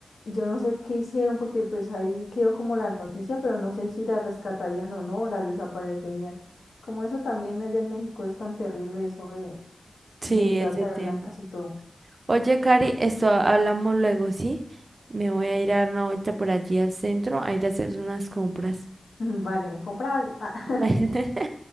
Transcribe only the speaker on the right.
sí,
ese tema.
Oye, Cari, esto hablamos luego, ¿sí? Me voy a ir a dar una vuelta por allí al centro a ir a hacer unas compras.
<laughs>